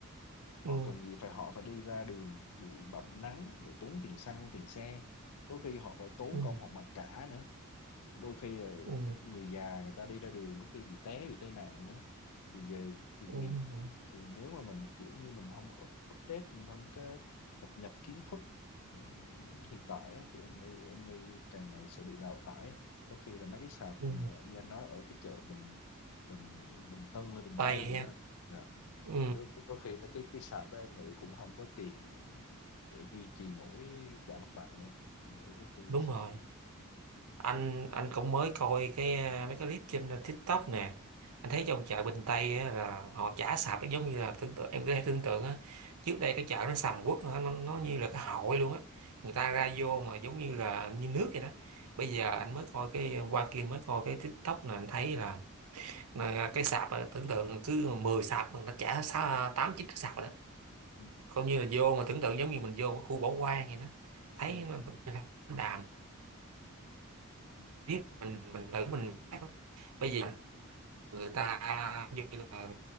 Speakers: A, on the right; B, on the left.
A: ừ
B: họ cần gì phải họ phải đi ra đường bụi bặm nắng rồi tốn tiền xăng tiền xe đôi khi họ phải tốn
A: ừ
B: công họ mặc cả nữa đôi khi là
A: ừ
B: người già người ta đi ra đường có khi bị té bị tai nạn nữa thì về thì
A: ừ
B: vì thì nếu mà mình kiểu như mình không up, update mình không có cập nhật kiến thức ừm, hiện tại á, thì em nghĩ em nghĩ càng ngày sẽ bị đào thải có khi là mấy cái sạp
A: ừ
B: mà như anh nói ở cái chợ Bình Bình Bình Tân hay Bình
A: Tây
B: Tây gì
A: ha
B: đó anh. dạ
A: ừ
B: thì có, có khi mấy cái cái sạp đó em nghĩ cũng không có tiền để duy trì nổi trả mặt bằng đâu em nghĩ có khi
A: đúng
B: sẽ
A: rồi
B: bị
A: anh anh cũng mới coi cái à, mấy cái clip trên TikTok nè anh
B: ừ,
A: thấy trong chợ Bình Tây á, là họ chả sạp nó giống như là tưởng tượng, em có thể tưởng tượng á trước đây cái chợ nó sầm uất nó, nó như là cái hội luôn á người ta ra vô mà giống như là như nước vậy đó bây
B: ừ,
A: giờ anh mới coi cái qua kia mới coi cái TikTok nè anh thấy là là cái sạp á, tưởng tượng cứ 10 sạp mà nó chả sáu- tám chín cái sạp rồi đó
B: ừ,
A: coi như là vô mà tưởng tượng giống như mình vô cái khu bỏ hoang vậy đó thấy
B: ừ,
A: nó đàm
B: ừ,
A: biết mình mình thử mình bây giờ người ta như là